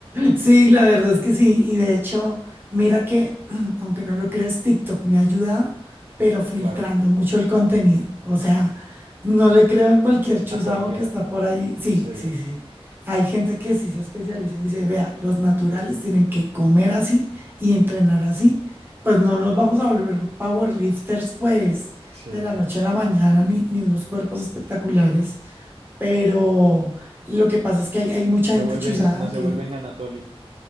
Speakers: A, on the right (about 20°); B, on the right (about 80°).
A: Sí, la verdad es que sí. Y de hecho, mira que, <clears throat> aunque no lo creas, TikTok me ha ayudado, pero filtrando
B: Claro,
A: mucho el contenido. O sea, no le creo a cualquier chuzado
B: a cualquiera.
A: que está por ahí. Sí,
B: Sí,
A: sí, sí. sí. Hay gente que sí se especializa y dice, vea, los naturales tienen que comer así y entrenar así. Pues no nos vamos a volver powerlifters, pues,
B: sí.
A: de la noche a la mañana, ni, ni unos cuerpos espectaculares. Pero lo que pasa es que hay, hay mucha
B: No se
A: gente
B: vuelven,
A: chuzada
B: no se
A: que
B: vuelven Anatoly.